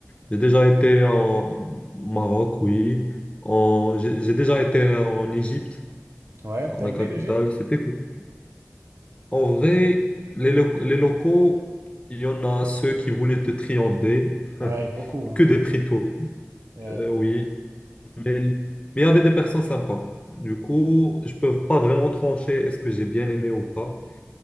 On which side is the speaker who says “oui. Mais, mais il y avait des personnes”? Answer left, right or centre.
Left